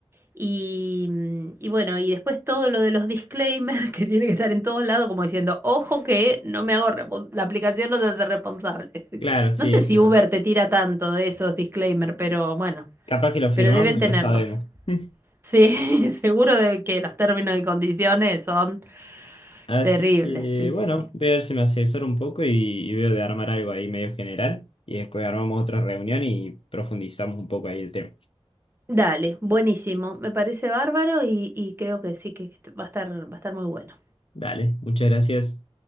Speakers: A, on the right; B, on the left.
A: Y, mm, y bueno, y después todo lo de los disclaimers <laughs> que tiene que estar en todos lados, como diciendo, ojo que no me hago, respon- la aplicación no se hace responsable. <laughs>
B: claro, sí,
A: No sé
B: eso.
A: si Uber te tira tanto de esos disclaimers, pero bueno,
B: Capaz que lo firmamos
A: pero deben tenerlos.
B: y lo sabemos. <laughs>
A: Sí, <laughs> seguro de que los términos y condiciones son
B: Así
A: terribles.
B: que,
A: Sí,
B: bueno,
A: sí, sí.
B: voy a ver si me asesoro un poco y, y veo de armar algo ahí medio general. Y después armamos otra reunión y profundizamos un poco ahí el tema.
A: Dale, buenísimo. Me parece bárbaro y, y creo que sí que va a estar, va a estar muy bueno.
B: Dale, muchas gracias.